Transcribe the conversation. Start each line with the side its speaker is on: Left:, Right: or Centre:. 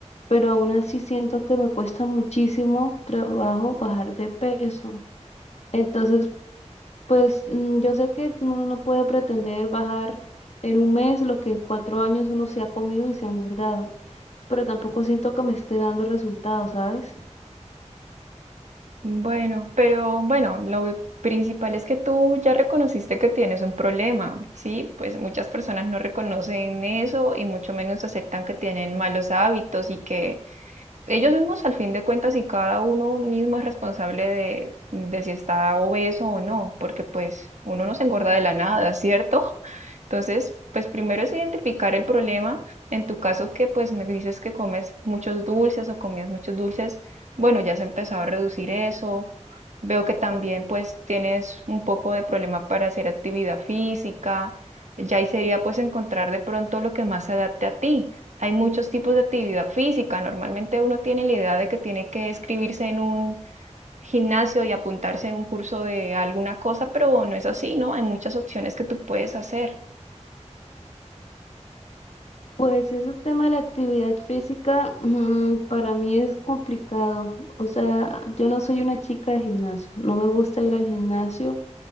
Left: pero aún así siento que me cuesta muchísimo trabajo bajar de peso. Entonces, pues, mm, yo sé que uno no puede pretender bajar en un mes lo que en cuatro años uno se ha comido y se ha engordado pero tampoco siento que me esté dando resultados, ¿sabes?
Right: Bueno, pero bueno, lo que- principal es que tú ya reconociste que tienes un problema, ¿sí? Pues muchas personas no reconocen eso y mucho menos aceptan que tienen malos hábitos y que Ellos mismos, al fin de cuentas, y cada uno mismo es responsable de, de si está obeso o no, porque pues uno no se engorda de la nada, ¿cierto? Entonces, pues primero es identificar el problema. En tu caso que pues me dices que comes muchos dulces o comías muchos dulces, bueno, ya has empezado a reducir eso. Veo que también pues tienes un poco de problema para hacer actividad física. Ya ahí sería pues encontrar de pronto lo que más se adapte a ti. Hay muchos tipos de actividad física. Normalmente uno tiene la idea de que tiene que escribirse en un gimnasio y apuntarse en un curso de alguna cosa, pero no es así, ¿no? Hay muchas opciones que tú puedes hacer.
Left: Pues ese tema de la actividad física, mm, para mí es complicado. O sea, yo no soy una chica de gimnasio, no me gusta ir al gimnasio.